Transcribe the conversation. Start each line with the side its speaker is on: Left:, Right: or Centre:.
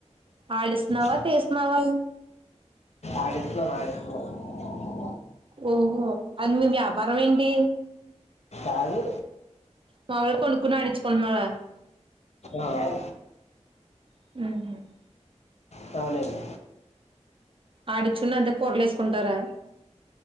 Right: ఆడిస్తున్నావా
Left: <unintelligible>
Right: తీస్తున్నావా
Left: అడుతులో మాడుతున్నాను <unintelligible>
Right: ఓహో అది మీ వ్యా వరంమ్ ఎంటి
Left: కాదు
Right: మావుల్ గ కొనుక్కున్న నని <inaudible> చుకున్నావ
Left: ఆ అ
Right: మ్
Left: టానిక్
Right: ఆడిచుకున్న అదే కూర్ లో వేస్ కుంటారా